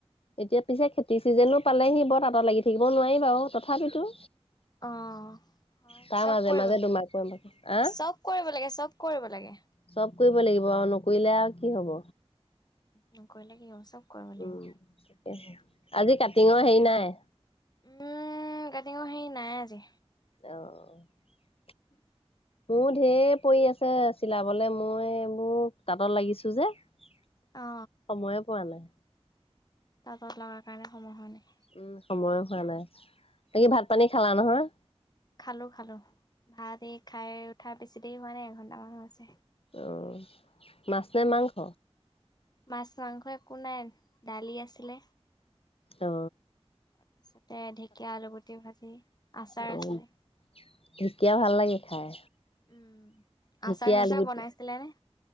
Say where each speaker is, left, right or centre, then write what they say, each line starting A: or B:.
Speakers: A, on the left; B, on the left.
A: এতিয়া পিছে খেতি চিজনো পালেহি বৰ তাঁত লাগি থাকিব নোৱাৰি বাৰু তথাপিতো।
B: অ হয়
A: তাৰ
B: চব
A: মাজে
B: কৰিব
A: মাজে
B: লাগে
A: দুমাকো এমাকো আহ
B: চব কৰিব লাগে চব কৰিব লাগে।
A: চব কৰিব লাগিব আৰু নকৰিলে আৰু কি হব।
B: উম কলে কি হব চব। কৰিব লাগিব
A: উম সেইতোয়ে। আজি কাটিঙৰ হেৰি নাই।
B: উম কাটিঙৰ সেই নাই আজি।
A: অ'।
B: উম।
A: মোৰ ঢেৰ পৰি আছে চিলাবলে মই এইবোৰ তাঁতত লাগিছো যে। সময়ে
B: অ
A: পোৱা নাই।
B: প'ত লগাৰ কাৰণে সময় হয় নাই।
A: উম সময়ো হোৱা নাই। বাকী ভাত পানী খালা নহয়?
B: খালো খালো। ভাতে খাই উ উঠা বেছি দেৰি হোৱা নাই এঘণ্টা মান হৈছে
A: অঁ মাছে মাংস
B: মাছ মাংস একো নাই দালি আছিলে।
A: অঁ!
B: তাৰপিছতে ঢেকীয়া আলুগুটি ভাজি আচাৰ
A: অ',
B: আছিলে উম
A: ঢেকীয়া ভাল লাগে খাই, ঢেকীয়া
B: আচাৰ
A: আলুগুটি।
B: আচাৰ বনাইছিলে নে